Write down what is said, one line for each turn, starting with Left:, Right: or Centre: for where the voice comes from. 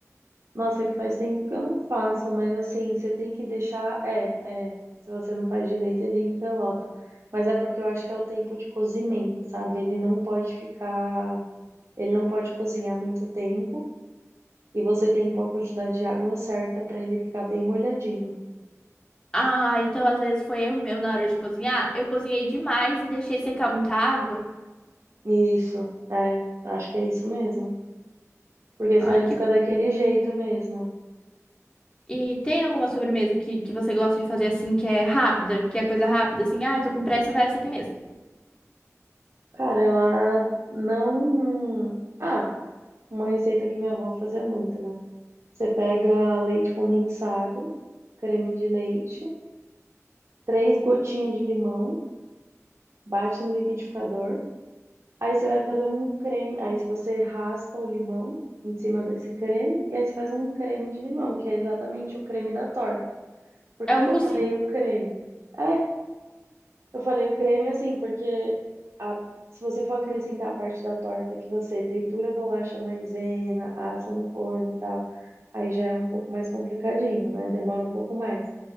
Right: Nossa, é que faz tempo que eu não faço, mas assim, você tem que deixar. É, é. Se você não faz direito, ele empelota. Mas é porque eu acho que é o tempo de cozimento, sabe? Ele não pode ficar. Ele não pode cozinhar muito tempo. E você tem que pôr a quantidade de água certa pra ele ficar bem molhadinho.
Left: Ah, então às vezes foi erro meu na hora de cozinhar. Eu cozinhei demais e deixei secar muita água.
Right: Isso, é. Acho que é isso mesmo. Porque
Left: Ah,
Right: senão ele
Left: que
Right: fica daquele jeito mesmo.
Left: E tem alguma sobremesa que, que você gosta de fazer assim, que é rápida, que é coisa rápida, assim, ai, tô com pressa, vai essa aqui mesmo.
Right: Cara, ela não. Ah, uma receita que minha avó fazia muito, né? Você pega leite condensado, creme de leite, três gotinhas de limão, bate no liquidificador. Aí você vai fazer um creme. Aí se você raspa o limão em cima desse creme, e aí você faz um creme de limão, que é exatamente o creme da torta. Por
Left: É
Right: que
Left: o
Right: que
Left: mousse.
Right: eu falei o creme? É, Eu falei o creme é assim, porque a- se você for acrescentar a parte da torta que você tritura a bolacha maisena, assa no forno e tal, aí já é um pouco mais complicadinho, né? Demora um pouco mais.